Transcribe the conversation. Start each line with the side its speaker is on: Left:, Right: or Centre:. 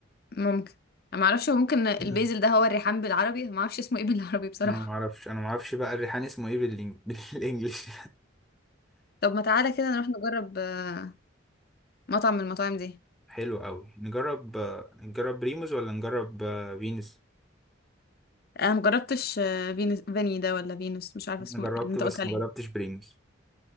Left: ممكن انا معرفش هو ممكن البيزل
Centre: مم.
Left: ده هو الريحان بالعربي ما اعرفش اسمه ايه <laughs> بالعربي بصراحة
Centre: انا ما اعرفش انا ما اعرفش بقى الريحان اسمه ايه بالإنج... <laughs> بالانجلش
Left: طب ما تعالى كده نروح نجرب آه، مطعم من المطاعم دي
Centre: حلو قوي نجرب آه، نجرب بريموز ولا نجرب آه، فينوس
Left: انا مجربتش آه، فينوس فيني ده ولا فينوس مش عارفة
Centre: انا
Left: اسمه
Centre: جربته
Left: إيه اللي انت
Centre: بس
Left: قلت عليه
Centre: ما جربتش بريموز